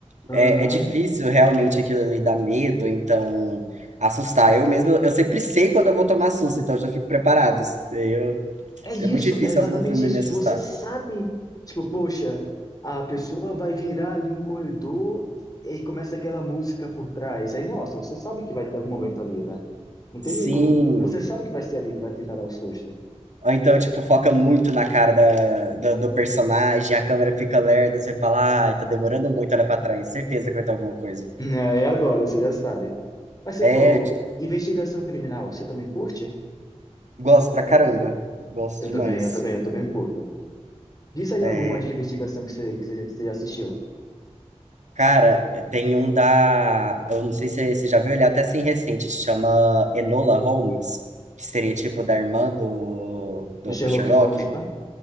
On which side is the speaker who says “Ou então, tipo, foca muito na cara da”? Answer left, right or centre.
Right